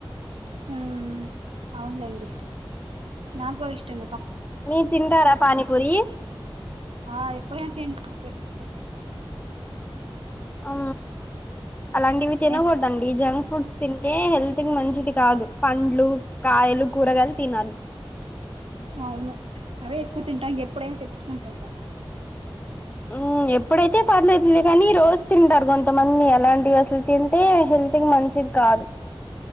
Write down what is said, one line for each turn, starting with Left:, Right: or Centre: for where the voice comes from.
Right: హమ్ అవునులేండి నా కూడా ఇష్టం
Left: మీ తింటారా పాని పూరి
Right: ఆ ఎప్పుడైనా తింట తెప్పించుకోని
Left: ఆ అలాంటివి తినకూడదండి
Right: ఏ
Left: జంగ్క్ ఫుడ్స్ తింటే హెల్త్ కి మంచిది కాదు పండ్లు కాయలు కూరగాయలు తినాలి
Right: అవును అవే ఎక్కువ తింటాం ఎప్పుడైనా తెప్పించుకుని తి బస్
Left: హమ్ ఎప్పుడైతే పర్లేదుదు కానీ రోజు తింటారు కొంతమంది అలాంటివి అసలు తింటే హెల్త్కి మంచిది కాదు